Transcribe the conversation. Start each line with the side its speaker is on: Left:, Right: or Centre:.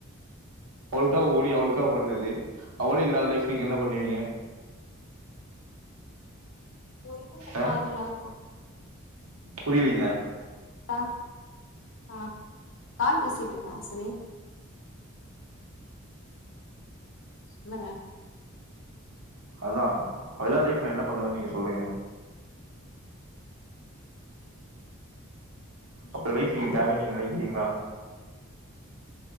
Right: அவளுக்கா ஓடி அவளுக்கா பண்ணது அவளே இல்லாத லைஃப் நீங்க என்ன பண்ணுவீங்க
Left: ஒருமணி
Right: ஆ?
Left: <unintelligible>
Right: புரியலீங்க
Left: ஆஹ் அ கால் பேசிட்ருக்கே ஹாசினி சொல்லுங்க
Right: அதா அவயில்லா லைஃப் நா என்ன பண்ணுவன் நீங்க சொல்லுங்க
Left: ஐயையோ
Right: அப்டி ஒரு லைஃப் நீங்க
Left: வரல
Right: தேவைன் நீங்க நெனைக்கிறீங்ளா